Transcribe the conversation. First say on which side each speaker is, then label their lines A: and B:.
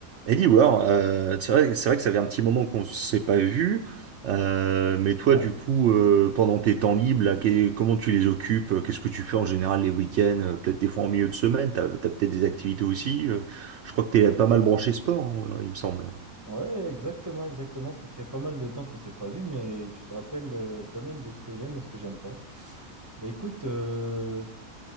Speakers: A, on the right; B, on the right.
A: Eddie War, euh, c'est vrai, c'est vrai que ça fait un petit moment qu'on s'est pas vu, euh, mais toi,
B: Ouais,
A: du coup, euh, pendant tes temps libres, là, qu'est- comment tu les occupes? euh, Qu'est-ce que tu fais en général les week-ends? euh, Peut-être des fois en milieu de semaine, t'as, t'as peut-être des activités aussi. euh, je crois que t'es pas mal branché sport, hein, euh, il me semble.
B: ouais, exactement, exactement. Ça fait pas mal de temps qu'on s'est pas vu, mais tu te rappelles euh, quand même de ce que j'aime et ce que j'aime pas. Bah écoute, euh,